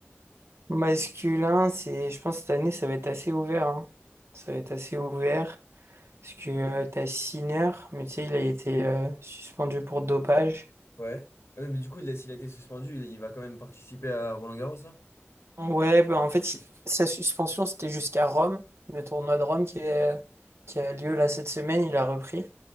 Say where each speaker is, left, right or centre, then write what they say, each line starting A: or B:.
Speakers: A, on the right; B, on the left.
A: masculin, c'est, je pense que cette année, ça va être assez ouvert. hein. Ça va être assez ouvert, parce que euh, t'as Sinner, mais tu sais, il a été euh, suspendu pour dopage.
B: Ouais. Euh, mais du coup, il a- s'il a été suspendu, il, il va quand même participer à Roland Garros là?
A: Ouais, bah, en fait, il- sa suspension, c'était jusqu'à Rome, le tournoi de Rome qui est- qui a lieu là cette semaine, il a repris.